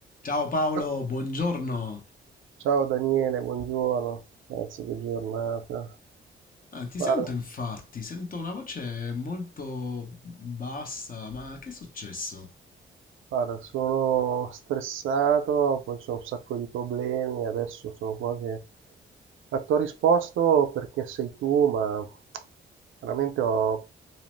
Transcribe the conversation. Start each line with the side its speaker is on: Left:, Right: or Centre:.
Left: Ciao Paolo,
Right: Ah,
Left: buongiorno.
Right: Ciao Daniele, buongiorno, anzi che giornata.
Left: Ah, ti
Right: Guarda,
Left: sento infatti, sento una voce molto bassa, ma che è successo?
Right: guarda, sono stressato, poi c'ho un sacco di problemi, adesso sono quasi a tua risposto perché sei tu, ma veramente ho,